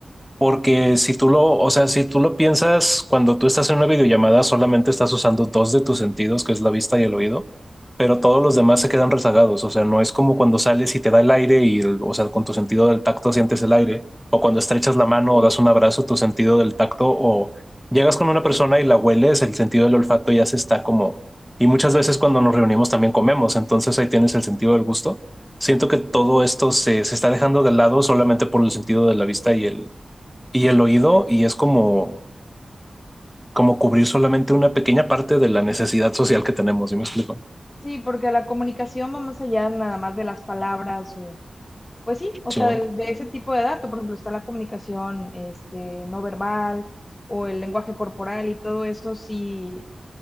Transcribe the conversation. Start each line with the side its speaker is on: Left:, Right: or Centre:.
Centre: porque si tú lo, o sea, si tú lo piensas, cuando tú estás en una videollamada, solamente estás usando dos de tus sentidos, que es la vista y el oído, pero todos los demás se quedan rezagados. O sea, no es como cuando sales y te da el aire y, el- o sea, con tu sentido del tacto sientes el aire, o cuando estrechas la mano
Left: sí,
Centre: o das un abrazo, tu sentido del tacto, o llegas con una persona y la hueles, el sentido del olfato ya se está como... Y muchas veces cuando nos reunimos también comemos, entonces ahí tienes el sentido del gusto. Siento que todo esto se, se está dejando de lado solamente por el sentido de la vista y el y el oído, y es como, como cubrir solamente una pequeña parte de la necesidad social
Left: Sí,
Centre: que tenemos, ¿sí me explico?
Left: sí, porque la comunicación va más allá nada más de las palabras o, Pues sí, o
Centre: Sí,
Left: sea, del- de, ese tipo de dato, por ejemplo, está la comunicación este, no verbal o el lenguaje corporal y todo eso, sí,